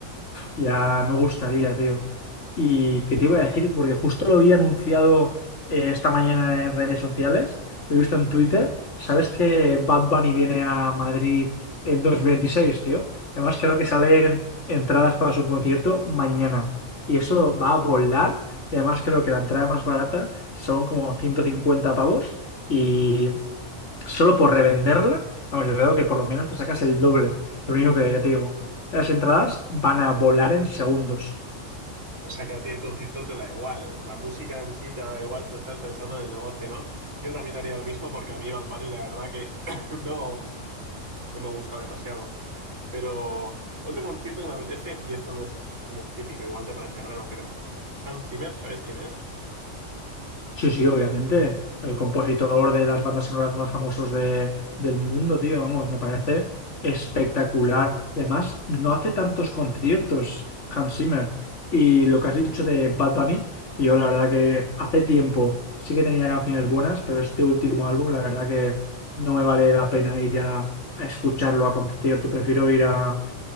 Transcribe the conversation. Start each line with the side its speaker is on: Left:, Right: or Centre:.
Left: Ya me gustaría, tío. ¿Y qué te iba a decir? Porque justo lo vi anunciado eh, esta mañana en redes sociales, lo he visto en Twitter. ¿Sabes que Bad Bunny viene a Madrid en 2026 tío? Además, creo que salen entradas para su concierto mañana. Y eso va a volar. Y además creo que la entrada más barata son como 150 pavos. Y solo por revenderla, vamos, yo creo que por lo menos te sacas el doble. Lo único que ya te digo, las entradas van a volar en segundos.
Right: O sea, que a ti el concierto te da igual, la música en sí te da igual, tú estás pensando en el negocio, ¿no? Yo también haría lo mismo porque a mí Bad Bunny la verdad que <coughs> no, no me gusta demasiado. Pero otro concierto que me apetece, y esto no es, no es típico, igual te parece raro, pero Hans Zimmer, ¿sabes quién es?
Left: Sí, sí, obviamente. El compositor de las bandas sonoras más famosos de- del mundo, tío, vamos, me parece espectacular. Y además, no hace tantos conciertos, Hans Zimmer. Y lo que has dicho de Bad Bunny, yo la verdad que hace tiempo sí que tenía canciones buenas, pero este último álbum, la verdad que no me vale la pena ir a, a escucharlo a concierto. Prefiero ir a,